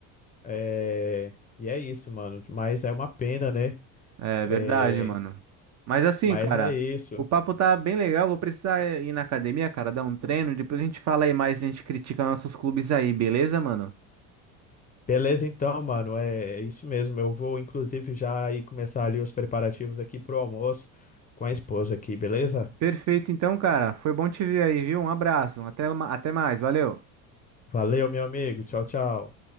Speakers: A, on the left; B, on the right.
A: É, e é isso, mano. Mas é uma pena, né?
B: É verdade,
A: É,
B: mano. Mas assim,
A: mas
B: cara,
A: é isso.
B: o papo tá bem legal. Vou precisar eh, ir na academia, cara, dar um treino. Depois a gente fala aí mais, a gente critica nossos clubes aí, beleza, mano?
A: Beleza, então, mano. É, é isso mesmo. Eu vou, inclusive, já ir começar ali os preparativos aqui pro almoço com a esposa aqui, beleza?
B: Perfeito, então, cara. Foi bom te ver aí, viu? Um abraço. Até, ma- até mais. Valeu.
A: Valeu, meu amigo. Tchau, tchau.